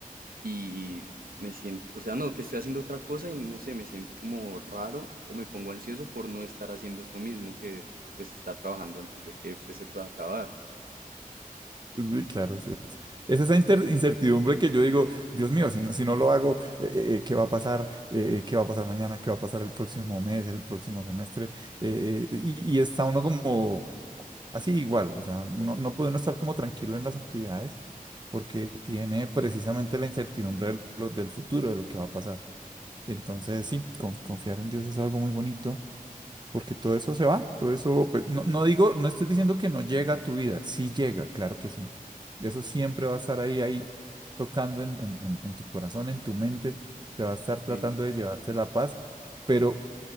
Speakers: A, on the right (about 80°); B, on the right (about 30°).
A: y me siento, o sea, no, que estoy haciendo otra cosa y no sé, me siento como raro o me pongo ansioso por no estar haciendo esto mismo que pues estar trabajando antes de que pues, se pueda acabar.
B: Sí, claro, es, es- es esa inter- incertidumbre que yo digo, Dios mío, si no, si no lo hago, eh, eh, eh, ¿qué va a pasar? Eh, eh, ¿qué va a pasar mañana? ¿Qué va a pasar el próximo mes, el próximo semestre? Eh, eh, y, y está uno como así igual, o sea, no, no puede uno estar como tranquilo en las actividades porque tiene precisamente la incertidumbre de lo- del futuro, de lo que va a pasar. Entonces, sí, con- confiar en Dios es algo muy bonito. Porque todo eso se va, todo eso, pues, no, no digo, no estoy diciendo que no llega a tu vida, sí llega, claro que sí. Eso siempre va a estar ahí, ahí, tocando en, en, en- en tu corazón, en tu mente, te va a estar tratando
A: Sí,
B: de llevarse la paz, pero,